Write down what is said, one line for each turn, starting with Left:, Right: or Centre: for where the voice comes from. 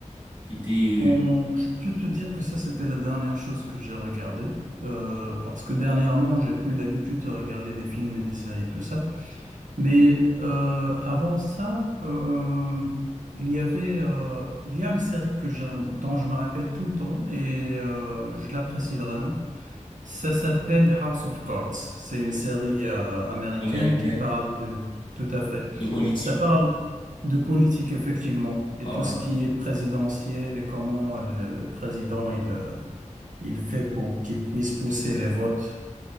Left: qui était
Right: Bon, je peux te dire que ça, c'était la dernière chose que j'ai regardée. euh, parce que dernièrement, j'ai plus l'habitude de regarder des films et des séries, tout ça. Mais euh, avant ça, euh, il y avait, euh, il y a une série que j'ai dont je me rappelle tout le temps et euh, je l'apprécie vraiment. Ça s'appelle House of Cards. C'est une série euh, américaine
Left: euh, américaine,
Right: qui parle de... Tout à fait.
Left: de politique.
Right: Ça parle de politique, effectivement, et
Left: Ah,
Right: tout ce qui est présidentiel et comment le président, il, euh, il fait pour qu'il puisse pousser les votes.